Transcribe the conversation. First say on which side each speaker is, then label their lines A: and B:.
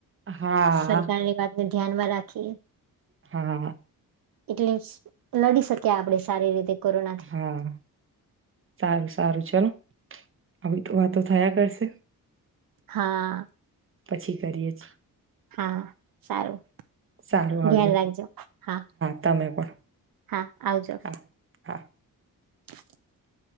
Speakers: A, on the right; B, on the right.
A: હા
B: સરકારની વાત ધ્યાનમા રાખી
A: હા
B: એટલે લડી શક્યા આપડે સારી રીતે કોરોના
A: હા સારું સારું ચલો આવી તો વાતો થયા કરશે.
B: હા
A: પછી કરીએે જ
B: હા સારું
A: સારું આવજો
B: ધ્યાન રાખજો હા
A: તમે પણ
B: હા આવજો
A: હા હા
B: <inaudible>